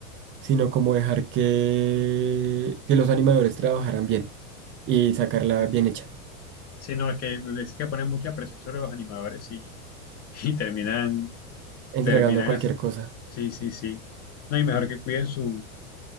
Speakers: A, on the right (about 30°); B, on the left (about 35°).
A: sino como dejar que, que los animadores trabajaran bien y sacarla
B: Sí,
A: bien hecha,
B: Sí, no, es que es que ponen mucha presión sobre los animadores y, y terminan,
A: entregando
B: terminan,
A: cualquier
B: as-
A: cosa.
B: sí, sí, sí. No, y mejor que cuiden su,